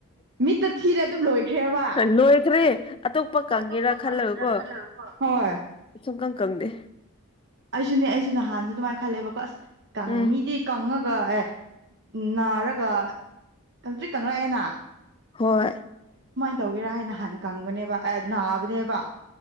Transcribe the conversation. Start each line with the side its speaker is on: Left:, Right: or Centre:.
Right: ꯃꯤꯠꯇ ꯊꯤꯔꯦ ꯑꯗꯨꯝ ꯂꯣꯏꯈ꯭ꯔꯦꯕ
Left: ꯂꯣꯏꯈ꯭ꯔꯦ ꯑꯇꯣꯞꯄ ꯀꯪꯒꯦꯔꯥ
Right: ꯑꯇꯣꯞꯄ
Left: ꯈꯜꯂꯒꯀꯣꯨꯡꯀꯪ
Right: ꯀꯪꯒꯦꯔꯥ ꯈꯜꯂꯨꯔꯀꯣ ꯍꯣꯏ
Left: ꯀꯪꯗꯦ
Right: ꯑꯩꯁꯨꯅꯦ ꯑꯩꯁꯨ ꯅꯍꯥꯟꯁꯨ ꯑꯗꯨꯃꯥꯏꯅ ꯈꯜꯂꯦꯕꯀꯣ ꯑꯁ
Left: ꯎꯝ
Right: ꯃꯤꯗꯤ ꯀꯪꯉꯒ ꯑꯦ ꯅꯥꯔꯒ ꯀꯪꯇ꯭ꯔꯤꯠ ꯀꯉꯛꯑꯦꯅ
Left: ꯍꯣꯏ
Right: ꯇꯧꯒꯦꯔꯥ ꯍꯥꯏꯅ ꯍꯥꯟ ꯀꯪꯕꯅꯦꯕ ꯑꯦ ꯅꯥꯕꯅꯦꯕ